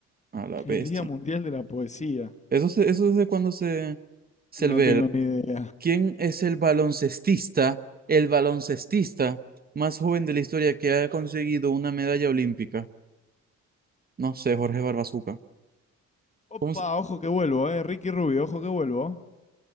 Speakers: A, on the right; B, on the left.
A: A la bestia.
B: El Día Mundial de la Poesía.
A: Eso, se- eso desde cuando se, se
B: No
A: ve.
B: tengo ni idea.
A: ¿Quién es el baloncestista, el baloncestista más joven de la historia que ha conseguido una medalla olímpica? No sé, Jorge Barbazuca.
B: Opa,
A: ¿Cómo
B: ojo que vuelvo, eh. Ricky Rubio, ojo que vuelvo.